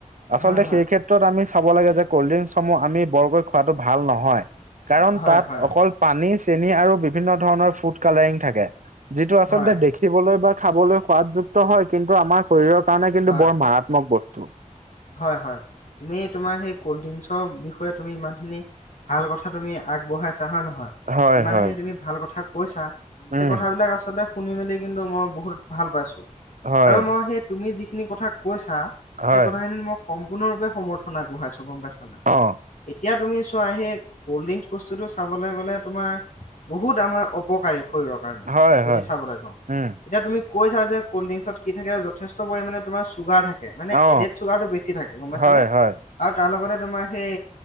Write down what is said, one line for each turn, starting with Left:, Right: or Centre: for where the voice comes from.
Right: আচলতে
Left: হয় হয় হয়
Right: সেই ক্ষেত্ৰত আমি চাব লাগে যে কল্ড ড্ৰিংকসমূহ আমি বৰকৈ খোৱাটো ভাল নহয়। কাৰণ
Left: হয়
Right: তাত
Left: হয়
Right: অকল পানী চেনি আৰু বিভিন্ন ধৰণৰ ফুড কালাৰিং থাকে যিটো আচলতে
Left: হয়
Right: দেখিবলৈ বা খাবলৈ সোৱাদযুক্ত হয় কিন্তু আমাৰ শৰীৰৰ কাৰণে কিন্তু
Left: হয়
Right: বৰ মাৰাত ম বস্তু
Left: হয় হয় তুমি তোমাৰ সেই ক'ল্ড ড্ৰিংকচৰ বিষয়ে তুমি ইমানখিনি ভাল কথা তুমি আগবঢ়াইছা হয় নহয়
Right: হয়
Left: ইমানখিনি
Right: হয়
Left: তুমি ভাল কথা কৈছা। সেই
Right: উম
Left: কথাবিলাক আচলতে শুনি মেলি কিন্তু মই বহুত ভাল পাইছো।
Right: হয়
Left: আৰু মই সেই তুমি যিখিনি কথা কৈছা।
Right: হয়
Left: সেই কথাখিনিত মই সম্পূৰ্ণৰূপে সমৰ্থন আগবঢ়াইছোঁ গম পাইছানাই।
Right: অ
Left: এতিয়া তুমি চোৱা সেই কল্ড ড্ৰিংকচ বস্তুটো চাবলৈ গ'লে তোমাৰ বহুত আমাৰ অপকাৰী শৰীৰৰ কাৰণে
Right: হয়
Left: যদি
Right: হয়
Left: চাবলৈ যাওঁ
Right: উম
Left: এতিয়া তুমি কৈছা যে ক'ল্ড ড্ৰিংকছত কি থাকে যথেষ্ট পৰিমাণে তোমাৰ ছুগাৰ থাকে- মানে
Right: অ
Left: এডেড চুগাৰটো বেছি থাকে গম পাইছানে
Right: হয় হয়
Left: আৰু তাৰ লগতে তোমাৰ সেই